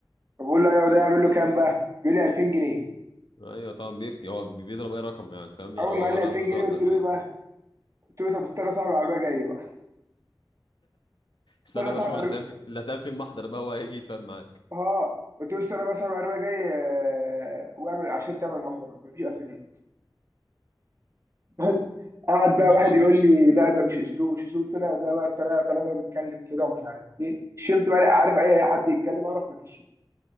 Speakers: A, on the right (about 40°); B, on the left (about 85°).
A: فبقول له ايوه ده يعمل له كام بقى بيقول لي 2000 جنيه
B: ايوه طبعا بيفتي هو بيضرب اي رقم يعني فاهم يعني
A: اول
B: هو
A: ما قال لي
B: ولا
A: 2000
B: بتصالح
A: جنيه قلت
B: ب 2000
A: له ايه بقى قلت له طب استنى صاحب العربيه جاي بقى
B: استنى
A: استنى
B: بقى
A: صاحب
B: اشوف اللي
A: العربيه
B: هتعمل في اللي هتعمل في المحضر بقى هو هيجي يتفاهم معاك
A: اه قلت له استنى بقى صاحب العربيه جاي آه، واعمل عشان تعمل محضره مفيش 2000 بس قعد بقى
B: طب
A: واحد
B: و-
A: يقول لي لا ده مش اسلوب مش اسلوب قلت له لا ده بقى الطريقه طالما هو بيتكلم كده ومش عارف ايه شمت بقى لا، عارف اي حد يتكلم اعرف مكشي